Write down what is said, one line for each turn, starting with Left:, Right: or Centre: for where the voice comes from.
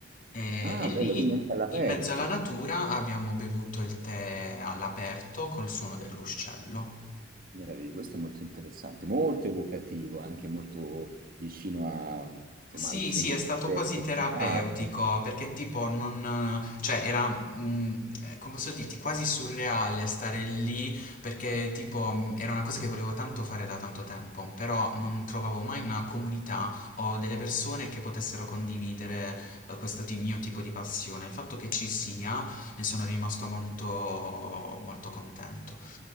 Left: e,
Right: Ah,
Left: e lì
Right: bello, quindi anche all'aperto.
Left: in mezzo alla natura abbiamo bevuto il tè all'aperto col suono del ruscello.
Right: Meraviglia, questo è molto interessante, molto evocativo, anche molto vicino a, insomma,
Left: Sì,
Right: al sentire
Left: sì, è stato quasi
Right: orientale.
Left: terapeutico perché tipo non, cioè era, mh, come posso dirti, quasi surreale stare lì perché tipo mh, era una cosa che volevo tanto fare da tanto tempo, però non trovavo mai una comunità o delle persone che potessero condividere eh, questo ti- mio tipo di passione. Il fatto che ci sia, ne sono rimasto molto, molto contento.